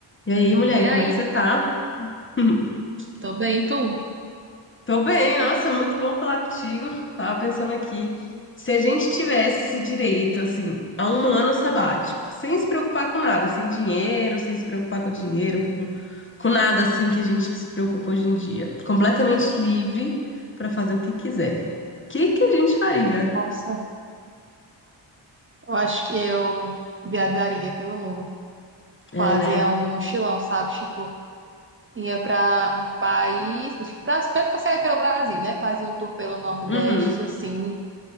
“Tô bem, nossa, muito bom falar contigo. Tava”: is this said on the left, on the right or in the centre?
Left